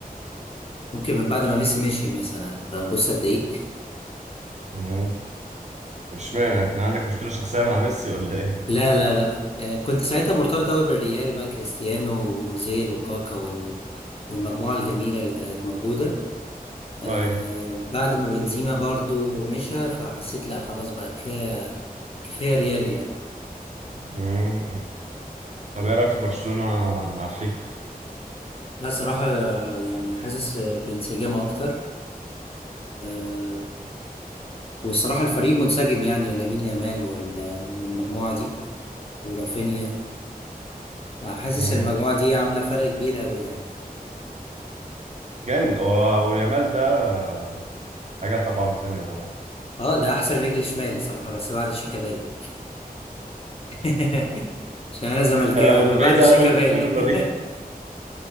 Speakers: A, on the left; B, on the right.
A: ممكن من بعد ما ميسي مشي مثلا فبص قد ايه
B: مم. اشمعنى كان عندك مشكلة شخصية مع ميسي ولا ايه
A: لا لا لا آه كنت ساعتها مرتبط اوي بالريال بقى كريستيانو واوزيل وكاكا وال... والمجموعة الجميلة اللي كانت موجودة آه،
B: طيب
A: بعد ما بنزيما برضو مشى فحسيت لا خلاص بقى كفاية كفاية ريال يعني
B: مم. طب ايه رايك في برشلونة مع فليك
A: لا صراحة آه، يعني حاسس آه، بانسجام أكتر آه، والصراحة الفريق منسجم يعني لامين يامال وال- والمجموعة دي ورافينيا آه، حاسس
B: مم.
A: المجموعة دي عاملة فرق كبير أوي يعني
B: جامد هو ويامال ده آه، حاجة طبعا تانية طبعا
A: اه ده أحسن رجل شمال صراحة بس بعد شيكابالا <laughs> عشان أنا زملكاوي
B: <laughs> لا، دي
A: فبعد
B: بعيدة
A: شيكابالا
B: أوي المقارنة دي
A: <laughs>